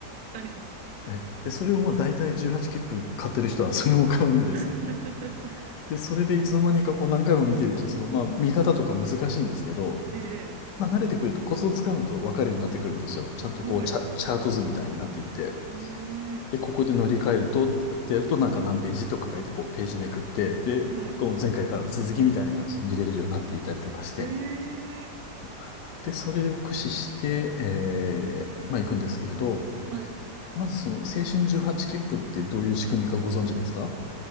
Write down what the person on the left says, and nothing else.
え、で、それをまあ大体18切符買ってる人はそれも買うんですよね。
で、それでいつの間にかこう何回も見てるうちに、そのまあ見方とか難しいんですけど、
まあ、慣れてくると、コツをつかむと分かるようになってくるんですよ。ちゃんとこう、
チャ、チャート図みたいになっていて。
で、ここで乗り換えると、ってやると、なんか何ページとか書いて、こう、ページめくって、で、
こう、前回からの続きみたいな感じで見れるようになっていたりとかして。
そうで、それを駆使して、えー、まあ、行くんですけれど、
まずその、青春18切符ってどういう仕組みかご存知ですか